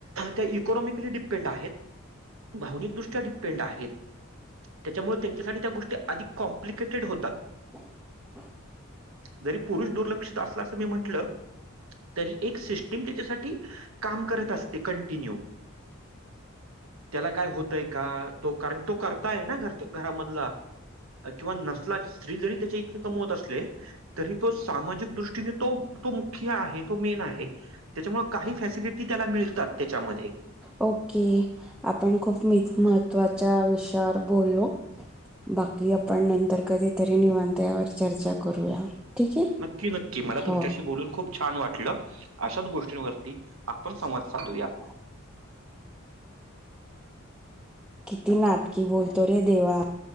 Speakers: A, on the right; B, in the centre.
A: त्या इकॉनॉमिकली डिपेंड आहेत भावनिकदृष्ट्या डिपेंड आहेत. त्याच्यामुळे त्यांच्यासाठी त्या गोष्टी अधिक कॉम्प्लिकेटेड होतात.
B: <inaudible>
A: जरी पुरुष दुर्लक्षित असला असं मी म्हटलं तरी एक सिस्टीम त्याच्यासाठी काम करत असते कंटिन्यू. त्याला काय होतय का तो कारण तो करताय ना घर घरामधला. किंवा नसला स्त्री जरी त्याचे इतके कमीवत असले तरी तो सामाजिक दृष्टीने तो तो मुख्य आहे तो मेन आहे. त्याच्या मूळ काही फॅसिलिटी त्याला मिळतात त्याच्यामध्ये.
B: ओके आपण खूप महत्त्वाच्या विषयावर बोललो. बाकी आपण नंतर कधीतरी निवांत यावर चर्चा करूया. ठीक आहे
A: नक्की नक्की मला
B: हो
A: तुमच्याशी बोलून खूप छान वाटलं अशाच गोष्टींवरती आपण
B: <inaudible>
A: संवाद साधूया
B: किती नाटकी बोलतो रे देवा.